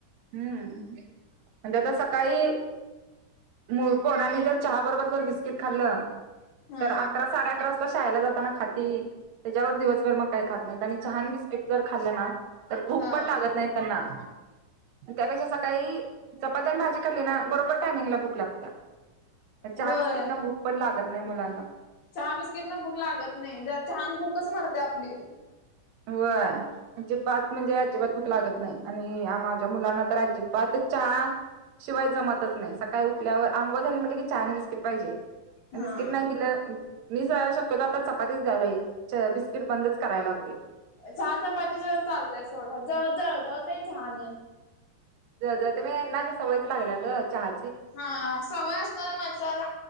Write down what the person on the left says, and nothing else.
हम्म
हा
होय
चहा बिस्किट न भूक लागत नाही जरा छान भूकच मरते आपली.
हा
चहा पाती ज चालतय सोडा जवळ जवळ जवळ चहाान.
हा सवय असणार माणसाला